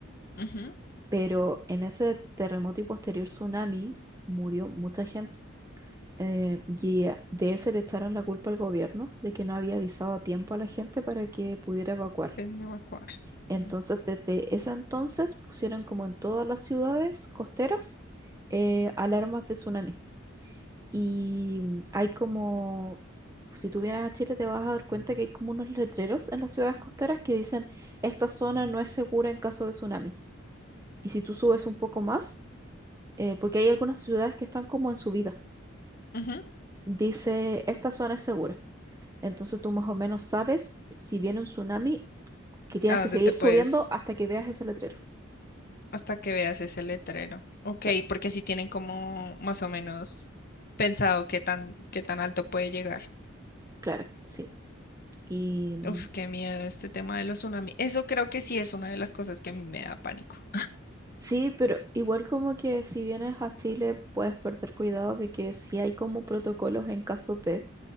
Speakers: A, on the left; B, on the right.
A: Ujú,
B: Pero en ese terremoto y posterior tsunami murió mucha gente. Eh, y de ese le echaron la culpa al gobierno de que no había avisado a tiempo a la gente para que pudiera evacuar.
A: Ven a evacuar.
B: Entonces,
A: Mm,
B: desde ese entonces pusieron como en todas las ciudades costeras eh, alarmas de tsunami. Y mm, hay como, si tú vienes a Chile te vas a dar cuenta que hay como unos letreros en las ciudades costeras que dicen, esta zona no es segura en caso de tsunami. Y si tú subes un poco más, eh, porque hay algunas ciudades que están como en subida,
A: ujú,
B: dice, esta zona es segura. Entonces tú más o menos sabes si viene un tsunami que tienes
A: ¿A
B: que
A: dónde
B: seguir
A: te puedes
B: subiendo hasta que veas ese letrero.
A: hasta que veas ese letrero? Ok,
B: Claro,
A: porque si tienen como más o menos pensado qué tan, qué tan alto puede llegar.
B: claro, sí. Y mm,
A: Uf, qué miedo este tema de los tsunamis. Eso creo que sí es una de las cosas que a mí me da pánico. <laughs>
B: sí, pero igual como que si vienes a Chile puedes perder cuidado de que sí hay como protocolos en caso de,